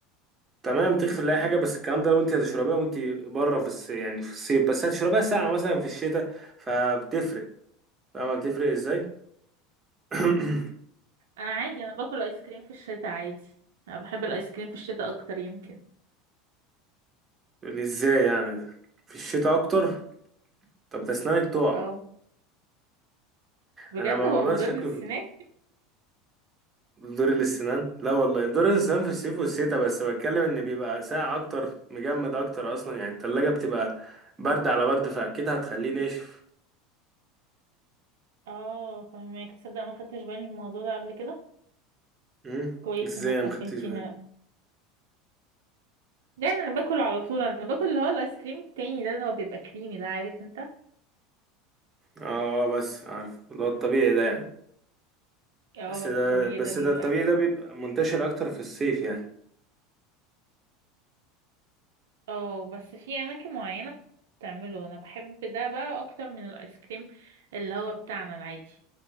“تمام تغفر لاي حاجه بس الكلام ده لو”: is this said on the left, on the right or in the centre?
Right